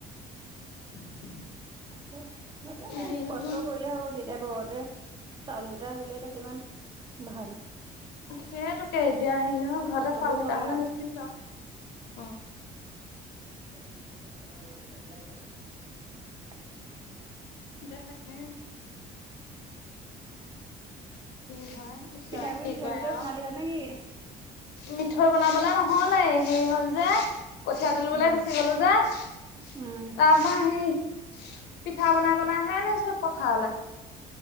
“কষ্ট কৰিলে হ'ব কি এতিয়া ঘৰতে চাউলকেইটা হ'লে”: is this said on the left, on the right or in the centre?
Right